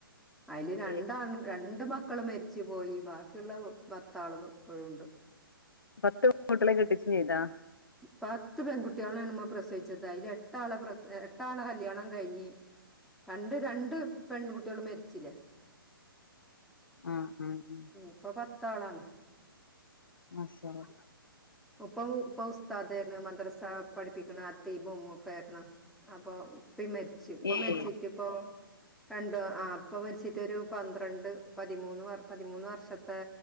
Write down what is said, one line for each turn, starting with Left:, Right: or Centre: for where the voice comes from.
Centre: അയില്
Left: ഏ
Centre: രണ്ടാണും രണ്ട് മ ക്കള് മരിച്ച് പോയി ബാക്കിയുള്ള പത്താളുകൾ ഇപ്പഴും ഉണ്ട്
Left: പത്ത് പെകുട്ടികളെ കെട്ടിച്ചു ചെയ്താ
Centre: പത്ത് പെൺകുട്ടികളെയാണ് ഉമ്മ പ്രസവിച്ചത് അതില് എട്ടാളെ പ്ര എട്ട ആളെ കല്യാണം കഴിഞ്ഞ് രണ്ട് രണ്ട് പെൺകുട്ടികള് മരിച്ചിലേ
Left: ആഹ് ആഹ് ആഹ്
Centre: ഉം ഇപ്പം പത്ത് ആളാണ്
Left: മാഷാ അളളാ
Centre: ഉപ്പപ്പം ഉസ്താദ് യേര്ന്ന് മദ്രസ പഠിപ്പിക്ക്ണ അത്തീബും ഒക്കെ യിരുന്നു അപ്പൊ ഉപ്പിം മരിച്ച് ഇപ്പ
Left: ഏയ്
Centre: മരിച്ചിട്ട് ഇപ്പൊ രണ്ട് ആ ഉപ്പ മരിച്ചിട്ട് ഒരു പന്ത്രണ്ട് പതിമൂന്ന് വർ പതിമൂന്ന് വർഷത്തെ